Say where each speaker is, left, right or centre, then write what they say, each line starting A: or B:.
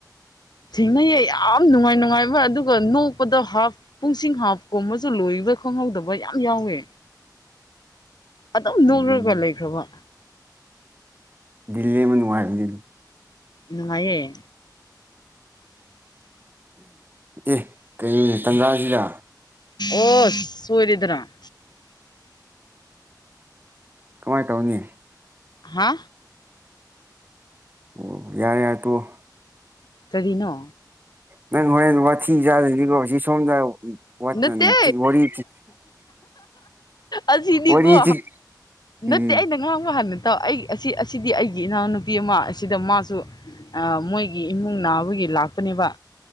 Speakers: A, on the left; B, on the right.
A: ꯊꯦꯡꯅꯩꯌꯦ ꯌꯥꯝ ꯅꯨꯡꯉꯥꯏ ꯅꯨꯡꯉꯥꯏꯕ ꯑꯗꯨꯒ ꯅꯣꯛꯄꯗ ꯍꯥꯐ ꯄꯨꯡꯁꯤꯡ ꯍꯥꯐꯀꯨꯝꯕꯁꯨ ꯂꯣꯏꯕ ꯈꯪꯍꯧꯗꯕ ꯌꯥꯝ ꯌꯥꯎꯋꯦ ꯑꯗꯨꯝ ꯅꯣꯛꯂꯒ
B: ꯑꯗꯨꯅꯦ
A: ꯂꯩꯈ꯭ꯔꯕ
B: ꯗꯗꯤꯜꯂꯤ ꯂꯩꯕ ꯅꯨꯡꯉꯥꯏꯒ꯭ꯔꯕ ꯅꯤꯗꯣ
A: ꯅꯨꯡꯉꯥꯏꯌꯦ
B: ꯑꯦ ꯀꯩꯅꯣꯅꯦ ꯇꯥꯟꯖꯥꯁꯤꯗ
A: ꯑꯣ ꯁꯣꯏꯔꯦꯗꯅ
B: ꯀꯃꯥꯏ ꯇꯧꯅꯤ
A: ꯍꯥ
B: ꯑꯣ ꯌꯥꯔꯦ ꯌꯥꯔꯦ ꯇꯣꯛ ꯑꯣ
A: ꯀꯔꯤꯅꯣ
B: ꯅꯪ ꯍꯣꯔꯦꯟ ꯋꯥꯊꯤ ꯆꯥꯗꯅꯤꯀꯣ ꯁꯤ ꯁꯣꯝꯗ ꯋꯥ
A: ꯅꯠꯇꯦ
B: ꯎ ꯋꯥꯔꯤ
A: ꯑꯁꯤꯅꯤꯀꯣ
B: ꯋꯥꯔꯤ ꯆꯤꯛ ꯎꯝ
A: ꯅꯠꯇꯦ ꯑꯩꯅ ꯉꯥꯡꯕ ꯍꯥꯟꯅꯗꯤ ꯑꯩ ꯑꯁꯤ ꯑꯁꯤꯗꯤ ꯑꯩꯒꯤ ꯏꯅꯥꯎꯅꯨꯄꯤ ꯑꯃ ꯁꯤꯗ ꯃꯥꯁꯨ ꯃꯣꯏꯒꯤ ꯏꯃꯨꯡ ꯅꯥꯕꯒꯤ ꯂꯥꯛꯄꯅꯦꯕ